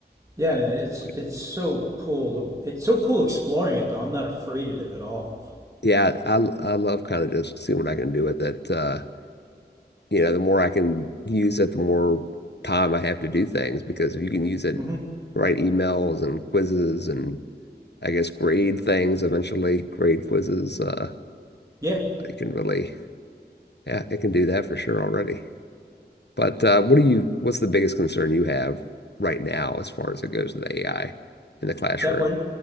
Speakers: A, on the right; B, on the left.
A: Yeah,
B: at
A: man,
B: this
A: it's
B: point.
A: it's so cool. To, it's so cool exploring it though. I'm not afraid of it at all.
B: Yeah, I I love kind of just seeing what I can do with it. Uh, you know, the more I can use it, the more time I have to do things because if you can use it,
A: hmm
B: to write emails and quizzes and I guess grade things eventually, grade quizzes. Uh,
A: Yeah.
B: it can really, yeah, it can do that for sure already. But uh, what do you, what's the biggest concern you have right now as far as it goes with AI in the classroom?
A: that we're